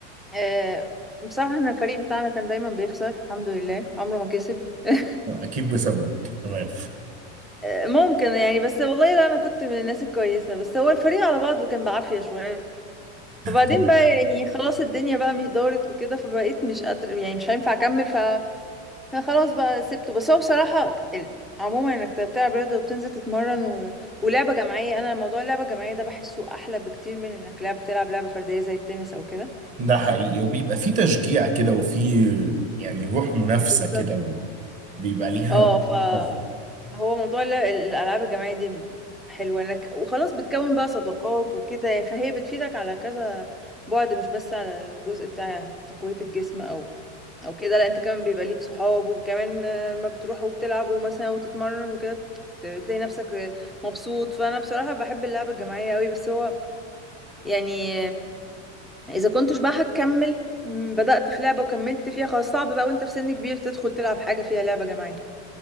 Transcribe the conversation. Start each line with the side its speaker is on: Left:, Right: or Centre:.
Centre: آه، بصراحه انا الفريق بتاعنا كان دايما بيخسر الحمد لله عمره ما كسب <laughs>
Right: اكيد بسببك تمام
Centre: آه، ممكن يعني بس والله لا انا كنت من الناس الكويسه بس هو الفريق على بعضه كان بعافيه شويه فبعدين
Right: تمام
Centre: بقى يعني خلاص الدنيا بقى مش دارت وكده فبقيت مش قادر يعني مش هينفع اكمل لا خلاص بقى سبته بس هو بصراحة ال- عموما انك ت- بتلعب رياضة وبتنزل تتمرن و... ولعبة جماعية انا موضوع اللعبة الجماعية ده بحسه احلى بكتير من انك لعب بتلعب لعبة فردية زي التنس او كده
Right: ده حقيقي وبيبقى في تشجيع كده وفي يعني روح منافسة
Centre: بالظبط
Right: كده وبيبقى ليها
Centre: اه ف
Right: اه
Centre: هو موضوع ال- الالعاب الجماعيه دي حلوه انك وخلاص بتكون بقى صداقات وكده يعني، فهي بتفيدك على كذا بعد مش بس على الجزء بتاع تقويه الجسم او او كده لا انت كمان بيبقى ليك صحاب وكمان ما بتروحوا وبتلعبوا مثلا وتتمرن وكده بتلاقي نفسك مبسوط فانا بصراحه بحب اللعبه الجماعيه قوي بس هو يعني اذا كنتش بقى هتكمل بدأت في لعبة وكملت فيها خلاص صعب بقى وانت في سن كبير تدخل تلعب حاجة فيها لعبة جماعية